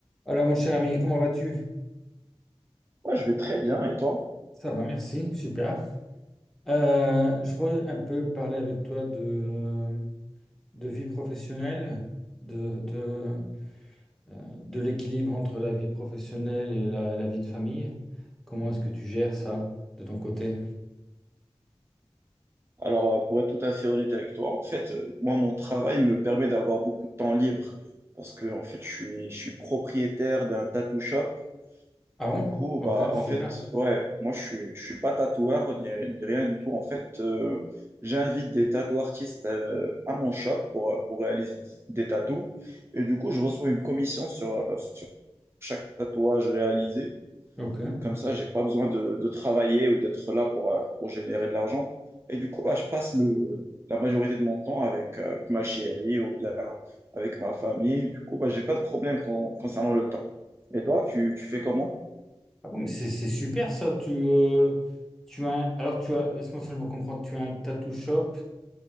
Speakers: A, in the centre; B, on the right (about 25°).
A: Alors, mon cher ami, comment vas-tu?
B: Moi, je vais très bien, et toi?
A: Ça va, merci, super. Euh, je voudrais un peu parler avec toi de, de vie professionnelle, de, de, euh, de l'équilibre entre la vie professionnelle et la, la vie de famille. Comment est-ce que tu gères ça de ton côté?
B: Alors, euh, pour être tout à fait honnête avec toi, en fait, euh, moi, mon travail me permet d'avoir beaucoup de temps libre parce que, en fait, je suis, je suis propriétaire d'un tattoo shop.
A: Ah
B: Du
A: bon?
B: coup,
A: Ok,
B: bah, en
A: super.
B: fait, ouais, moi, je suis, je suis pas tatoueur ni, ni rien du tout. En fait, euh, j'invite des tattoo artistes euh, à mon shop pour, euh, pour réaliser des tattoos. Et du coup, je reçois une commission sur, sur chaque tatouage réalisé.
A: Ok.
B: Comme ça, j'ai pas besoin de, de travailler ou d'être là pour, euh, pour générer de l'argent. Et du coup, bah, je passe le, la majorité de mon temps avec, euh, avec ma chérie ou bien avec ma famille. Du coup, bah, j'ai pas de problème con- concernant le temps. Et toi, tu, tu fais comment?
A: Ah bon, mais c'est c'est super ça. Tu, euh, tu as, un- alors, tu as, laisse-moi seulement comprendre, tu as un tattoo shop